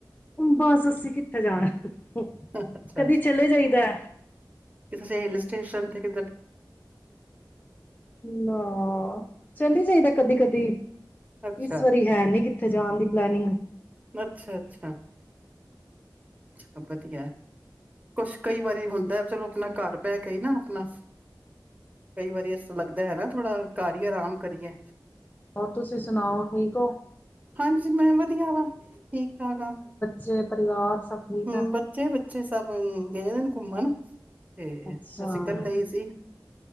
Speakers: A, on the left; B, on the right.
A: ਬਸ ਅੱਸੀ ਕਿੱਥੇ ਜਾਣਾ
B: ਅੱਛਾ
A: ਕਦੇ ਚਲੇ ਜਾਈਦਾ।
B: ਕਿੇ ਹਿਲ ਸਟੇਸ਼ਨ ਤੇ ਕਿ
A: ਨਾ ਚੱਲ ਜਾਈਦਾ ਕਦੀ ਕਦੀ
B: ਅੱਛਾ
A: ਇਸ ਵਾਰੀ ਹੈ ਨੀ ਕਿੱਥੇ ਜਾਣ ਦੀ ਪਲਨਿੰਗ
B: ਅੱਛਾ ਅੱਛਾ ਅੱ ਵਧਆ ਕੁਛ ਕਈ ਵਾਰੀ ਹੁੰਦਾ ਚਲੋ ਆਪਣਾ ਘਰ ਬਹਿ ਕੇ ਹੀ ਨਾ ਆਪਣਾ ਕਈ ਵਾਰੀ ਇਸ ਲੱਗਦਾ ਹੈ ਨਾ ਥੋੜਾ ਕਰ ਹੀ ਆਰਾਮ ਕਰੀਏ
A: ਤੁਸੀਂ ਸੁਣਾਓ ਠੀਕ ਹੋ
B: ਹਾਂਜੀ ਮੈਂ ਵਧੀਆ ਵਾ ਠੀਕ ਠਾਕ ਆ
A: ਤੇ ਪਰਿਵਾਰ ਸਭ ਠੀਕ
B: ਹਮ
A: ਹੈ।
B: ਬੱਚੇ ਬੱਚੇ ਸਭ ਗਏਦੇ ਨੇ ਘੁੰਮਣ ਤੇ
A: ਅੱਛਾ
B: ਅਸੀਂ
A: ਅੱਛਾ
B: ਇਕੱਲ ਹੀ ਸੀ